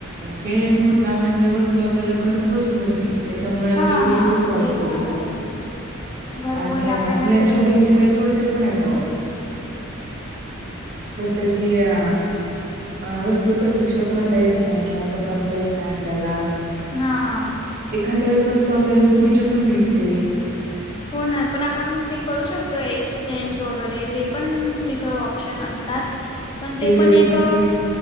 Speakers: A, on the right; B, on the left.
A: मेन मुद्दा म्हणजे वस्तू आपल्याला घर खूपच मिळते त्याच्यामुळे आपला
B: हा
A: वेळ
B: हा
A: खूप वाचतो
B: तेच ना हो घरपोच
A: आणि
B: आपल्याना
A: ऑनलाइन
B: सुरक्षित
A: शॉपिंगचे काही
B: हो
A: तोटे पण आहेत अहो जसं की अ अ वस्तू प्रत्यक्ष पाहता येत नाही किंवा तपासता येत नाही आपल्याला
B: हा हा
A: एखाद्या वेळेस वस्तू आपल्याला चुकीचे पण भेटते
B: हो ना पण आपण ते करू शकतोय एक्सचेंज वगैरे ते पण तिथं ऑप्शन असतात पण
A: डिलिव्हरी
B: ते पण एक
A: साठी